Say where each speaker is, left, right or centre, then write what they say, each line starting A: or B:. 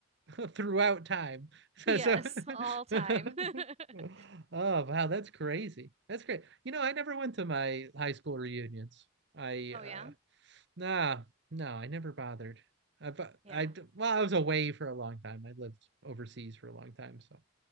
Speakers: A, on the right (about 55°); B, on the right (about 30°).
A: <laughs> throughout time. So,
B: Yes,
A: so
B: all
A: <laughs>
B: time.
A: oh
B: <laughs>
A: wow, that's crazy. That's great. You know, I never went to my high school reunions. I
B: Oh
A: uh
B: yeah.
A: nah, no, I never bothered. I, bu-
B: Yeah.
A: I d- well, I was away for a long time. I lived overseas for a long time, so